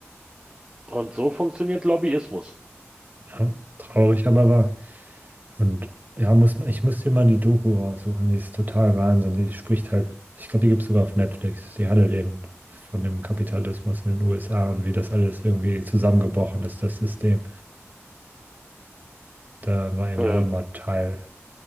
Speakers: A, on the right (about 20°); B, on the right (about 40°).
A: Und so funktioniert Lobbyismus.
B: Ja, traurig, aber wahr. Und ja, muss, man- ich muss dir mal die Doku raussuchen, die ist total Wahnsinn. Die spricht halt, ich glaube, die gibt es sogar auf Netflix. Die handelt eben von dem Kapitalismus in den USA und wie das alles irgendwie zusammengebrochen ist, das System. Da war eben
A: Äh,
B: Walmart Teil